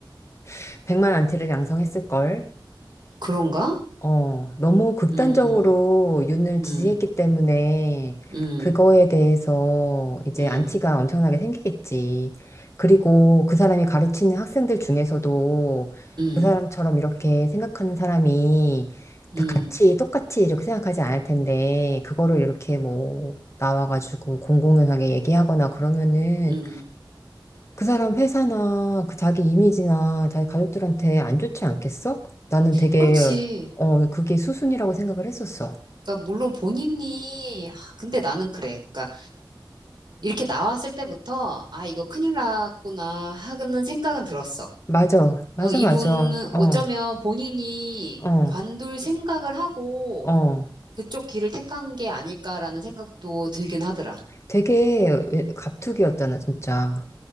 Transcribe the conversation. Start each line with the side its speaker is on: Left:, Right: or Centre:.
Left: <laughs> 백만 안티를 양성했을걸.
Right: 그런가?
Left: 어, 너무 극단적으로
Right: 음,
Left: 윤을 지지했기
Right: 음,
Left: 때문에
Right: 음,
Left: 그거에 대해서 이제
Right: 음,
Left: 안티가 엄청나게 생기겠지. 그리고 그 사람이 가르치는 학생들 중에서도
Right: 음,
Left: 그 사람처럼 이렇게 생각하는 사람이
Right: 음,
Left: 다 같이 똑같이 이렇게 생각하지 않을 텐데 그거를 이렇게 뭐 나와가지고 공공연하게 얘기하거나 그러면은
Right: 음.
Left: 그 사람 회사나 그 자기 이미지나 자기 가족들한테 안 좋지 않겠어? 나는 되게
Right: 그렇지.
Left: 어 그게 수순이라고 생각을 했었어.
Right: 그러니까 물론 본인이 아, 근데 나는 그래. 그러니까 이렇게 나왔을 때부터 아, 이거 큰일 났구나 하는 생각은 들었어.
Left: 맞아, 맞아,
Right: 어, 이분은
Left: 맞아. 어,
Right: 어쩌면 본인이
Left: 어,
Right: 관둘 생각을 하고
Left: 어.
Right: 그쪽 길을 택한 게 아닐까라는 생각도 들긴 하더라.
Left: 되게 왜- 갑툭이었잖아, 진짜.